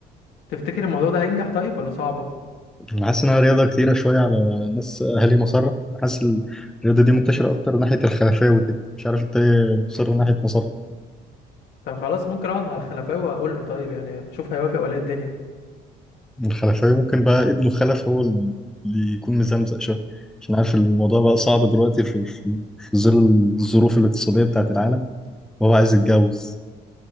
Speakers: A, on the left; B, in the centre.
A: تفتكر الموضوع ده هينجح طيب ولا صعبه
B: أنا حاسس إنها رياضة كتيرة شوية على ناس أهالي مسار حاسس الرياضة دي منتشرة أكتر ناحية الخلفاوي كده مش عارف أنت ليه مصر ناحية مسار
A: طب خلاص ممكن اقعد مع الخلفاوي واقول له طيب يعني اشوف هيوافق ولا ايه الدنيا
B: الخلفية ممكن بقى ابنه خلف هو اللي يكون مزمزق شوية عشان عارف الموضوع بقى صعب دلوقتي في, في, في ظل الظروف الاقتصادية بتاعت العالم وهو عايز يتجوز